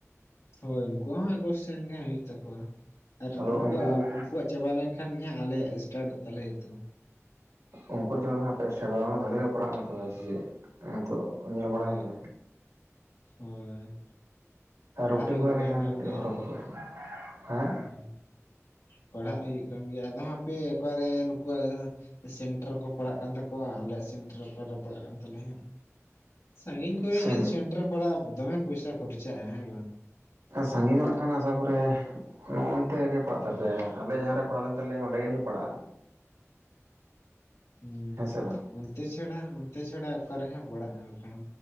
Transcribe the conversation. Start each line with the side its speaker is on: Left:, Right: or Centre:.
Left: ᱦᱳᱭ ᱩᱱᱠᱩᱣᱟᱜ ᱦᱚᱸ ᱟᱜᱚᱥ ᱥᱮᱱ ᱜᱮ ᱦᱩᱭᱩᱜ ᱛᱟᱠᱚᱣᱟ ᱟᱨ
Right: ᱟᱫᱚ
Left: ᱩᱱᱠᱩᱣᱟᱜ
Right: ᱩᱱᱠᱩ
Left: ᱩᱱᱠᱚᱣᱟᱜ ᱪᱟᱵᱟ ᱞᱮᱱ ᱠᱷᱟᱱ ᱜᱮ ᱦᱟᱸᱜ ᱟᱞᱮᱭᱟᱜ ᱥᱴᱟᱴᱚᱜ ᱛᱟᱞᱮᱭᱟ ᱛᱚ᱾
Right: ᱩᱱᱠᱩᱣᱟᱜ ᱪᱟᱵᱟ ᱟᱯᱮᱭᱟᱜ ᱮᱥᱴᱟᱴᱚᱜ-ᱟ ᱵᱷᱟᱜᱮ ᱞᱮᱠᱟ ᱯᱟᱲᱦᱟᱜ ᱢᱮ ᱛᱚᱵᱮ ᱥᱮ ᱪᱮᱫ ᱱᱤᱛᱚᱜ ᱧᱮᱞ ᱵᱟᱲᱟᱭ
Left: ᱦᱳᱭ
Right: ᱢᱮ᱾
Left: ᱦᱳᱭ᱾
Right: ᱟᱨ
Left: ᱯᱟᱲᱦᱟᱜ
Right: ᱨᱩᱴᱤᱱ
Left: ᱦᱩᱭᱩᱜ
Right: ᱠᱚ ᱦᱮᱡ ᱞᱮᱱᱠᱷᱟᱱ
Left: ᱠᱟᱱ ᱠᱟᱱ ᱜᱮᱭᱟ
Right: ᱦᱚᱨᱚ ᱵᱚᱨᱜ-ᱟ ᱦᱮᱸ᱾
Left: ᱦᱳᱭ ᱯᱟᱲᱦᱟᱜ ᱦᱩᱭᱩᱜ ᱠᱟᱱ ᱜᱮᱭᱟ ᱟᱫᱚ ᱦᱟᱯᱮ ᱚᱠᱟᱨᱮ ᱱᱩᱠᱩᱣᱟᱜ ᱥᱮᱱᱴᱟᱨ ᱠᱚ ᱯᱟᱲᱟᱜ ᱠᱟᱱ ᱛᱟᱠᱚᱣᱟ ᱟᱞᱮᱭᱟᱜ ᱥᱮᱱᱴᱟᱨ ᱚᱠᱟᱨᱮ ᱯᱟᱲᱟᱜ ᱠᱟᱱ ᱛᱟᱞᱮᱭᱟ ᱦᱟᱜ᱾ ᱥᱟᱺᱜᱤᱧ ᱠᱚᱨᱮ
Right: ᱥᱮ
Left: ᱡᱩᱫᱤ ᱥᱮᱱᱴᱟᱨ ᱯᱟᱲᱟᱜᱼᱟ ᱫᱚᱢᱮ ᱯᱚᱭᱥᱟ ᱠᱷᱚᱨᱪᱟᱜᱼᱟ ᱦᱮᱸ ᱵᱟᱝ?
Right: ᱥᱟᱺᱜᱤᱧ ᱧᱚᱜ ᱠᱷᱟᱱ ᱟᱥᱟ ᱠᱚᱨᱮ ᱱᱚᱜᱼᱚ ᱚᱱᱛᱮ ᱜᱮ ᱯᱟᱲᱟᱜ ᱛᱟᱯᱮᱭᱟ ᱟᱞᱮ ᱡᱟᱦᱟᱸ ᱨᱮ ᱯᱟᱲᱟᱣ ᱞᱮᱱ ᱛᱟᱞᱮᱭᱟ ᱚᱰᱮ ᱜᱮ ᱡᱟᱹᱱᱤᱡ ᱯᱟᱲᱟᱜᱼᱟ᱾
Left: ᱦᱩᱸ
Right: ᱦᱮᱸ ᱥᱮ ᱵᱟᱝ
Left: ᱚᱱᱛᱮ ᱪᱷᱟᱲᱟ ᱚᱱᱛᱮ ᱪᱷᱟᱲᱟ ᱚᱠᱟ ᱨᱮᱦᱚᱸ ᱯᱟᱲᱟᱜᱼᱟ ᱵᱟᱠᱦᱟᱱ᱾